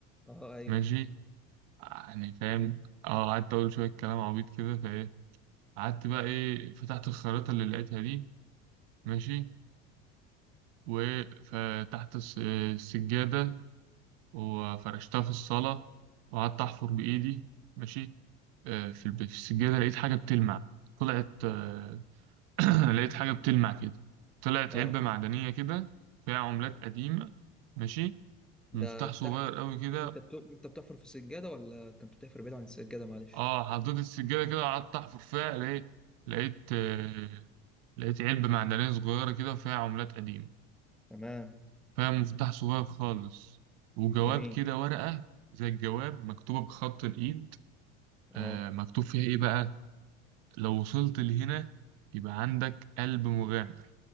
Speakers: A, in the centre; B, on the right (about 70°).
A: اه ايوه
B: ماشي يعني فاهم آه قعدت أقول شوية كلام عبيط كده فإيه قعدت بقى إيه فتحت الخريطة اللي لقيتها دي ماشي وفتحت الس- السجادة وفرشتها في الصالة وقعدت أحفر بإيدي ماشي آه، في الب- في السجادة لقيت حاجة بتلمع طلعت آه، <clears throat> لقيت حاجة بتلمع كده طلعت
A: اه
B: علبة معدنية كده فيها عملات قديمة ماشي
A: ده
B: ومفتاح
A: تحت
B: صغير قوي كده
A: انت بت... انت بتحفر في السجاده ولا كنت بتحفر بعيد عن السجاده معلش
B: اه حطيت السجادة كده قعدت أحفر فيها لقيت لقيت آه، لقيت علبة معدنية صغيرة كده فيها عملات قديمة
A: تمام
B: فيها مفتاح صغير خالص وجواب
A: جميل
B: كده ورقة زي الجواب مكتوبة بخط الإيد
A: اه
B: آه، مكتوب فيها إيه بقى لو وصلت لهنا يبقى عندك قلب مغامر